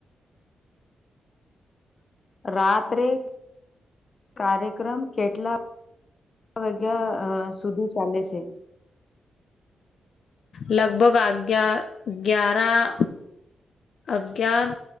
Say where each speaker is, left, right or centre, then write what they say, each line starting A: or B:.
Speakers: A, on the left; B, on the left.
A: રાત્રે કાર્યક્રમ કેટલા વાગ્યા અ સુધી ચાલે છે.
B: લગભગ અગયાર ગ્યારા અગિયાર